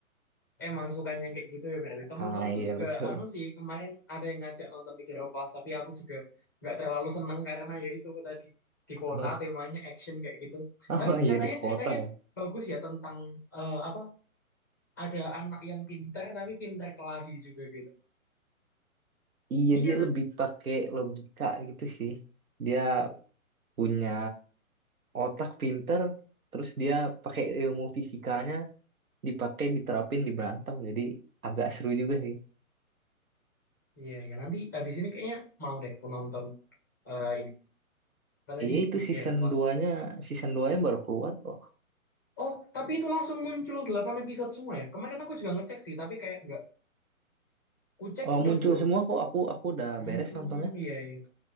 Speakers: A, on the left; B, on the right.
A: Emang sukanya yang kayak gitu ya berarti temen-temenku
B: Ah iya
A: juga
B: betul.
A: anu sih kemarin ada yang ngajak nonton Mikiro Class tapi aku juga nggak terlalu seneng karena ya itu tadi di kota
B: <laughs>
A: temanya action kayak gitu
B: Oh
A: tapi
B: iya
A: katanya
B: di kota
A: ceritanya
B: ya.
A: bagus ya tentang eh, apa ada anak yang pinter tapi pinter kelahi juga gitu
B: Iya
A: iya
B: dia lebih pakai logika gitu sih. Dia punya otak pinter, terus dia pakai ilmu fisikanya dipakai diterapin di berantem. Jadi agak seru juga
A: iya iya nanti habis ini kayaknya mau deh aku nonton eh, ini apa tadi
B: Iya itu
A: Mikiro
B: season
A: Class
B: duanya season 2-nya baru keluar kok.
A: oh tapi itu langsung muncul 8 episode semua ya kemarin aku juga ngecek sih tapi kayak nggak kucek
B: Eh,
A: udah
B: muncul
A: full
B: semua kok aku aku udah
A: Hmm,
B: beres nontonnya.
A: iya, iya.